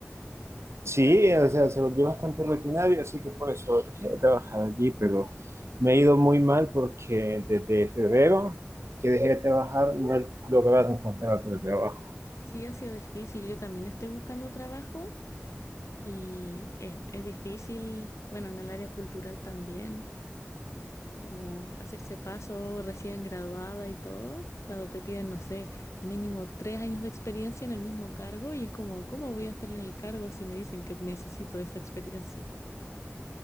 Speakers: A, on the right; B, on the left.
A: Sí, o sea, se volvió bastante rutinario, así que por eso dejé de trabajar allí, pero me ha ido muy mal porque desde febrero que dejé de trabajar no he logrado encontrar otro trabajo.
B: sí ha sido difícil. Yo también estoy buscando trabajo y es, es difícil, bueno, en el área cultural también, como hacerse paso recién graduada y todo, cuando te piden, no sé, mínimo tres años de experiencia en el mismo cargo y es como, ¿cómo voy a estar en el cargo si me dicen que necesito esa experiencia?